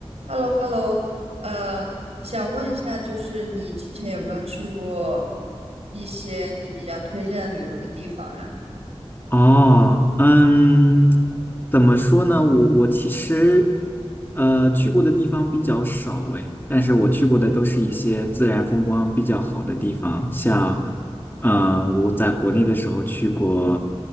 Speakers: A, on the right; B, on the left.
A: h e l l o h e l l o 呃，想问一下，就是你之前有没有去过一些你比较推荐的旅游的地方呀？
B: 哦，嗯，怎么说呢？我我其实，呃，去过的地方比较少诶，但是我去过的都是一些自然风光比较好的地方，像，呃，我在国内的时候去过，